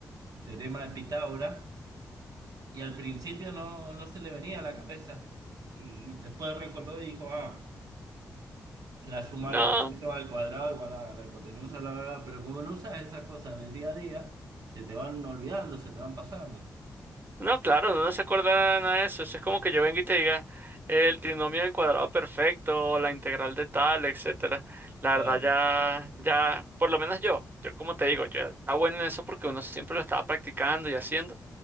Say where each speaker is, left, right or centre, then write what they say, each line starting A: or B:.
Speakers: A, on the right (about 75°); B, on the right (about 30°).
A: teorema de Pitágoras y al principio no, no se le venía a la cabeza y, y después recordó y dijo, ah. La suma
B: No,
A: de los catetos al cuadrado igual a la hipotenusa, bla, bla, bla. Pero como no usas esas cosas en el día a día, se te van olvidando, se te van pasando.
B: no, claro, no se acuerda nada de eso. Eso es como que yo venga y te diga el trinomio del cuadrado perfecto o la integral de tal, etcétera. La
A: Claro.
B: verdad ya, ya, por lo menos yo, yo como te digo, yo era bueno en eso porque uno siempre lo estaba practicando y haciendo